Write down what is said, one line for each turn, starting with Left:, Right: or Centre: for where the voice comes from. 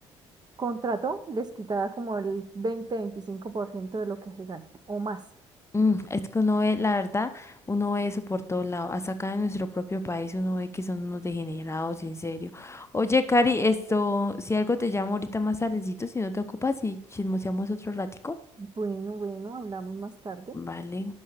Right: contrató les quitaba como el veinte veinticinco por ciento de lo que se gana o más.
Left: Mm, es que uno ve, la verdad, uno ve eso por todos lados. Hasta acá en nuestro propio país uno ve que son unos degenerados, en serio. Oye, Cari, esto, si algo te llamo ahorita más tardecito, si no te ocupas y chismoseamos otro ratico.
Right: Bueno, bueno, hablamos más tarde.
Left: Vale.